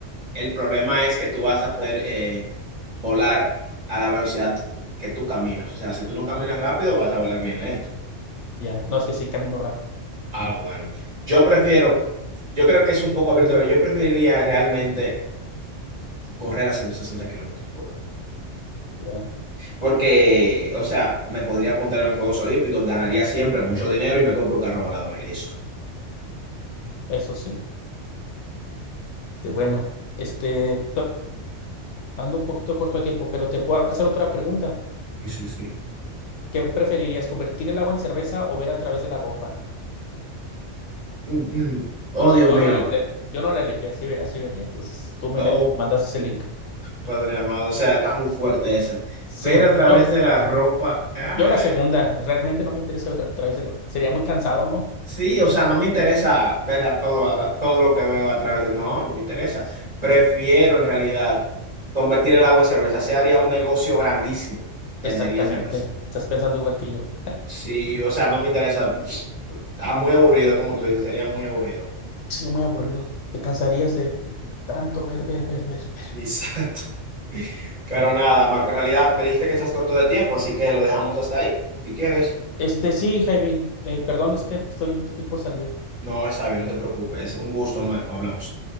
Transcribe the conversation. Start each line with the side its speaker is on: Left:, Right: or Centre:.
Right: el problema es que tú vas a poder eh, volar a la velocidad que tú caminas. O sea, si tú no caminas rápido, vas a volar bien lento.
Left: Ya, no es que sí camino rápido.
Right: Ah, bueno. Yo prefiero, yo creo que es un poco abierto, pero yo preferiría realmente correr a 160 kilómetros por hora.
Left: Ya,
Right: Porque, o sea, me podría apuntar en los Juegos Olímpicos, ganaría siempre mucho dinero y me compro un carro volador y listo.
Left: eso sí. Este, bueno, este, Ando un poquito corto de tiempo, pero te puedo hacer otra pregunta.
Right: Sí, sí, sí.
Left: ¿Qué preferirías, convertir el agua en cerveza o ver a través de la ropa?
Right: Mm, mm. Oh, Dios
Left: Yo
Right: mío.
Left: no, le- le- yo no la elegí, así, ve- así venía. Entonces tú me
Right: Oh,
Left: met- mandaste ese link.
Right: Padre amado. O sea, está muy fuerte esa.
Left: Sí,
Right: ver a través
Left: yo,
Right: de la ropa. Ah,
Left: yo la segunda. Realmente no me interesa ver a través de la ropa. Sería muy cansado, ¿no?
Right: sí, o sea, no me interesa ver a todo, a la- todo lo que veo a través de. No, no me interesa.
Left: Sí, sí,
Right: Prefiero
Left: sí,
Right: en realidad convertir el agua en cerveza. Se haría un negocio grandísimo. Vendería
Left: exactamente.
Right: cerveza.
Left: Estás pensando igual que yo.
Right: Sí, o sea, no me interesa. Está muy aburrido, como tú dices, sería muy aburrido.
Left: Sí, muy aburrido. Te cansarías de tanto ver, ver, ver, ver. ver.
Right: <laughs> Exacto. Pero nada, Marco, en realidad me dijiste que estás corto de tiempo, así que lo dejamos hasta ahí, si quieres.
Left: Este, sí, Javi. eh, perdón, es que estoy, estoy por salir.
Right: No, está bien, no te preocupes. Un gusto, Marco. Hablamos.